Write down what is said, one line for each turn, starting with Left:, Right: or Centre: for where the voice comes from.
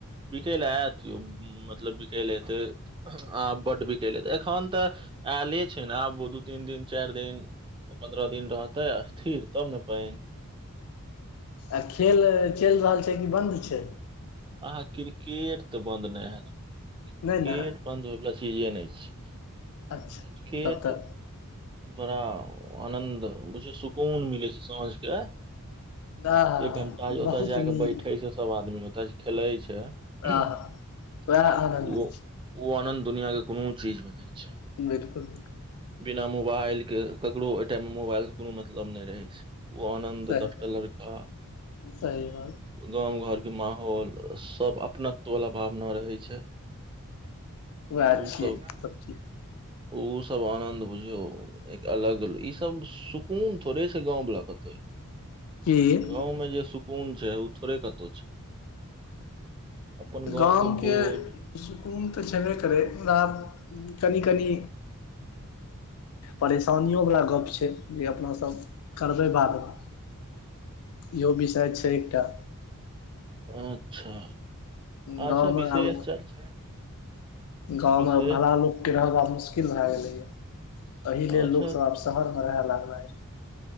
Right: बिके लए आयतयौ मतलब बिकेलए अतै आ बड्ड बिकेलय एतेय एखन तऽ आले छै ने आब दू तन दिन चारि दिन ओ पन्द्रह दिन रहतै स्थिर तब ने पानि
Left: आओर खेल चलि रहल छै कि बन्द छै
Right: अहाँ क्रिकेट तऽ बन्द नहि हैत क्रिकेट
Left: नहि ने
Right: बन्द होइ वला चीजे नहि छै
Left: अच्छा
Right: क्रिकेट
Left: तब तऽ
Right: बड़ा आनन्द बुझिय सुकून मिलैत छै साँझ के
Left: आहा
Right: एक घंटा ओतय
Left: बहुत
Right: जााक
Left: नीक
Right: बैठे छै सब आदमी ओतय खेलै छै
Left: आहा
Right: ओ
Left: वएह आनन्द
Right: ओ
Left: छै
Right: आनन्द दुनिआके कोनो चीजमे नहि छै
Left: बिल्कुल
Right: ना मोबाइल के ककरो ओहि टाइम मे मोबाइल से कोनो मतलब नहि रहे छै ओ आनन्द
Left: सही
Right: दसटा लड़का
Left: सही बात
Right: गाँव घरके माहौल सब अपनत्व वला भावना रहै छै
Left: वएह
Right: उ
Left: छियै
Right: सब
Left: चीज
Right: उ सब आनन्द बुझ एक अलग ई सब सुकून थोड़े छै गाँंवाला कतो
Left: की
Right: गाँवमे जे सुकून छै ओ थोड़े कतौ छै अपन गाँवके
Left: गाम
Right: भोज
Left: के सुकून तऽ छेबे करै मुदा आब कनि कनि परेशानिओ वला गप्प छै जे अपनासभ करबै बाद मऽ
Right: <inaudible>
Left: इहो विषय छै एकटा
Right: अच्छा अच्छा
Left: गाँव मऽ
Right: विशेष
Left: आब
Right: चर्चा
Left: गाँव
Right: विशेष
Left: मऽ भला लोक लोक के रहबा मुश्किल भए गेले ये एहि लेल
Right: अच्छा
Left: लोक सब आब शहर मे रहय लागलेय